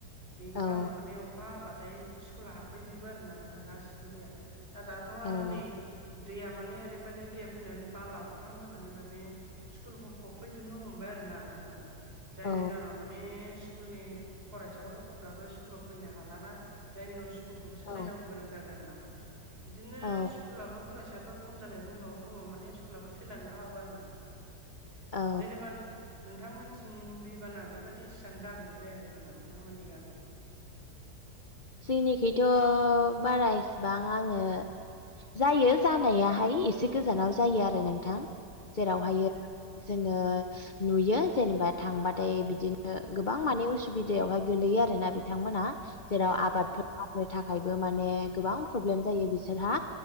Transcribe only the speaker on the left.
औ
औ
औ
औ
औ
औ
जोंनिखैथ' बारा इसिबां आङो जायो जानायाहाय एसे गोजानाव जायो आरो नोंथां जेरावहाय
जोङो नुयो जेनेबा थांबाथाय बि दिनो गोबां माने उसुबिदायावहाय गोलैयो आरोना बिथांमोना जेराव
आबादफोर मावनो थाखायबो माने गोबां प्रब्लेम जायो बिसोरहा